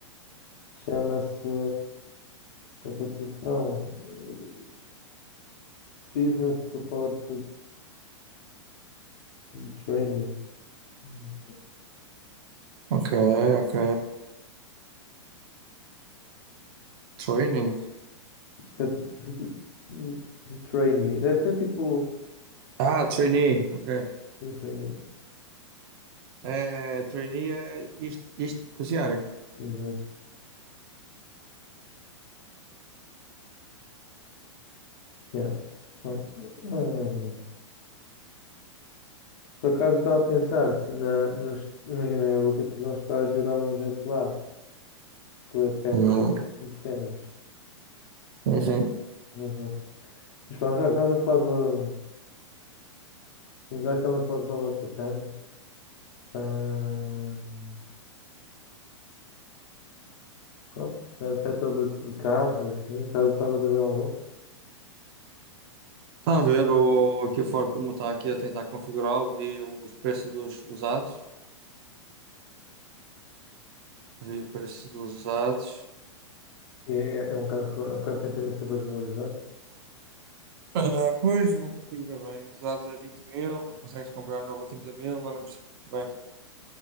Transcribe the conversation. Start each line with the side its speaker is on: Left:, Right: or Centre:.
Left: Chama-se. qualquer que é posição? eh, Business Support Trainee. Não sei.
Right: Ok, ok. Training.
Left: É Trainee. Deve ser tipo.
Right: Ah, trainee, ok.
Left: sim, Trainee.
Right: É, trainee é isto, isto estagiário.
Left: Exato. Yeah. Pronto. Não é nada mais. Por acaso estava a pensar, se na, nos, imagina, eu vou ter que fazer um estágio, eu dava um jeito lá, porque é perto
Right: Uhum.
Left: de cenas.
Right: Enfim,
Left: Ah, é perto. Mas pronto, olha, estavas a falar de. Já que estávamos a falar de Salvador Caetano, ahm, pronto, é do setor de, de carros, assim, estavas estavas a ver algum?
Right: está a ver o, aqui o Ford Puma está aqui a tentar configurá-lo, vi os preços dos usados, vi o preço dos usados.
Left: E É, é, é um carro, é um carro que tem tendência a desvalorizar.
Right: Ah, pois, não consigo ver bem. Os usados é vinte mil, consegue-se comprar novo a trinta mil, mas não percebo bem.